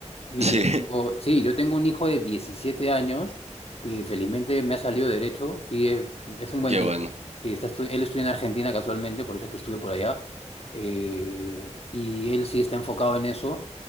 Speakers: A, on the left; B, on the right.
A: Mira,
B: Sí,
A: yo tengo, sí, yo tengo un hijo de 17 años que felizmente me ha salido derecho. Sí, es, es un buen
B: <laughs> qué
A: tipo.
B: bueno.
A: Sí, está estu- él estudia en Argentina casualmente, por eso es que estuve por allá. Eh, y él sí está enfocado en eso.